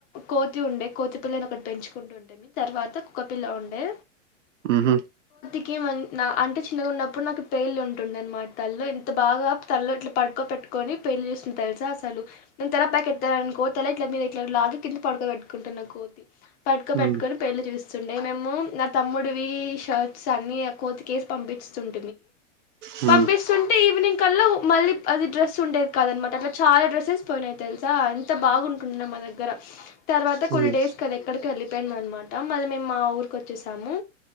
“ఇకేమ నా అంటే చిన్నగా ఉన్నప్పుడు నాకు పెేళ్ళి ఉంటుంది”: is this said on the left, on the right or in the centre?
Left